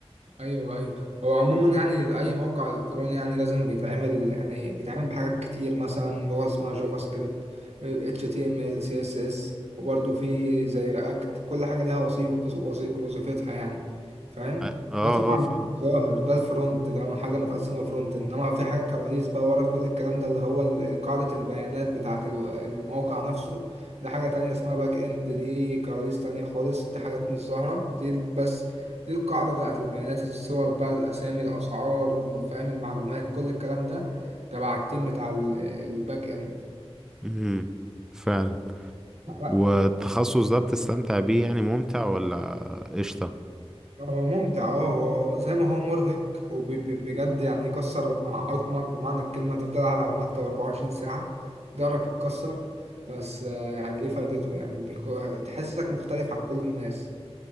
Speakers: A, on the right (about 85°); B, in the centre.
A: ايوه ايوه هو عموما يعني اي موقع الكتروني يعني لازم بيتعمل يعني بيتعمل بحاجات كتير مثلا لغه اسمها جافا سكريبت اتش تي ام ال سي اس اس وبرده في زي رياكت كل حاجه ليها وظيف وظي- وظيفتها يعني فاهم
B: اه اه
A: ده طبعا
B: آه، فعلا
A: ده ظاهر ده الفرونت ده حاجه متقسمه فرونت انما في حاجه كواليس بقى ورا كل الكلام ده اللي هو ال- قاعده البيانات بتاعه الو- الموقع نفسه ده حاجه تانية اسمها باك اند دي كواليس تانية خالص دي حاجات مش ظاهره دي بس دي القاعدة بتاعت البيانات الصور بقى الأسامي الأسعار فاهم المعلومات كل الكلام ده تبع التيم بتاع ال- الباك إند
B: مهم. فعلا والتخصص
A: لا
B: ده بتستمتع بيه يعني ممتع ولا قشطة
A: هو ممتع اه هو زي ما هو مرهق وبجد يعني يكسر عظمك بمعنى الكلمة تفضل قاعد على المكتب 24 ساعة ضهرك يتكسر بس آه، يعني ليه فايدته يعني بيكو- تحسسك مختلف عن كل الناس